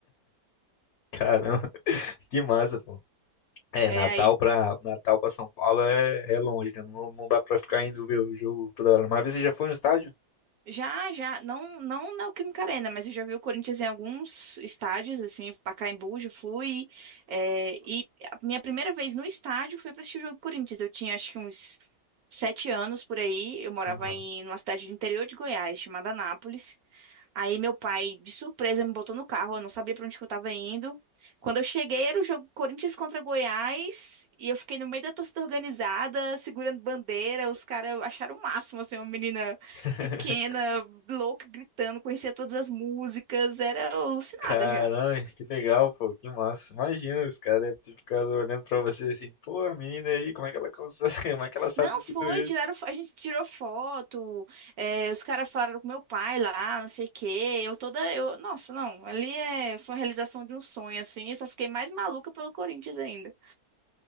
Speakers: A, on the left; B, on the right.
A: Caramba, <laughs> que massa, pô. É,
B: É,
A: Natal
B: aí
A: pra, Natal pra São Paulo é, é longe, né? Não, não dá pra ficar indo ver o jogo toda hora. Mas você já foi no estádio?
B: Já, já, não, não na Neoquímica Arena, mas eu já vi o Corinthians em alguns estádios, assim, Pacaembu, já fui, é, e a minha primeira vez no estádio foi para assistir o jogo do Corinthians, eu tinha acho que uns sete anos por aí, eu morava
A: Aham.
B: em, numa cidade do interior de Goiás, chamada Anápolis, Aí meu pai, de surpresa, me botou no carro, eu não sabia pra onde que eu tava indo. Quando eu cheguei, era o jogo Corinthians contra Goiás, e eu fiquei no meio da torcida organizada, segurando bandeira, os caras acharam o máximo, assim, uma menina
A: <laughs>
B: pequena, louca, gritando, conhecia todas as músicas, era alucinada
A: Caramba,
B: já.
A: que legal, pô, que massa. Imagina, os caras devem ter ficado olhando pra você assim, pô, a menina aí, como é que ela consegue, <laughs> como é que ela sabe
B: Não
A: de
B: foi,
A: tudo isso?
B: tiraram, fo- a gente tirou foto, é, os caras falaram com meu pai lá, não sei o quê, eu toda, eu, nossa, não, ali é, foi a realização de um sonho, assim, eu só fiquei mais maluca pelo Corinthians ainda.